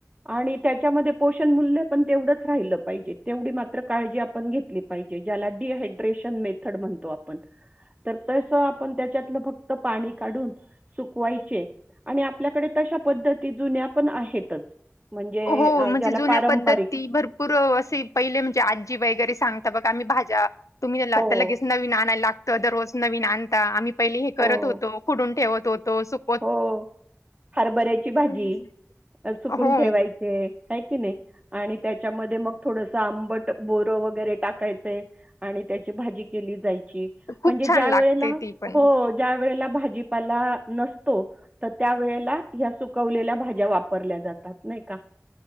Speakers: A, on the right; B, on the left.
A: आणि त्याच्यामध्ये पोषण मूल्य पण, तेवढंच राहिलं पाहिजे. तेवढी मात्र काळजी आपण घेतली पाहिजे. ज्याला ड्रिहाड्रेशन मेथड म्हणतो आपण तर तसं आपण त्याच्यातलं फक्त पाणी काढून सुकवायचे आणि आपल्याकडे तशा पद्धती जुन्या पण आहेतच. म्हणजे
B: हो
A: अ,
B: म्हणजे
A: ज्याला
B: जुन्या
A: पारंपरिक
B: पद्धती भर पूर असे पहिले म्हणजे आजी वगैरे सांगता बघा आम्ही भाज्या तुम्ही त आता
A: हो
B: लगेच नवीन आणायला लागतं दररोज नवीन आणता आम्ही पहिली हे करत
A: हो,
B: होतो कुडून ठेवत होतो. सुक
A: हो हरभऱ्याची भाजी
B: हम्म.
A: अ सुकून
B: हो
A: ठेवाय ते हाय की नाय आणि त्याच्यामध्ये मग थोडसं आंबट बोरं वगैरे टाकायचे. आणि त्याची भाजी केली जायची
B: खूप
A: म्हणजे ज्या
B: छान लागते
A: वेळेला
B: ती पण
A: हो ज्या वेळेला भाजीपाला नस तो त त्या वेळेला ह्या सुकवलेल्या भाज्या वापरल्या जातात नाय का.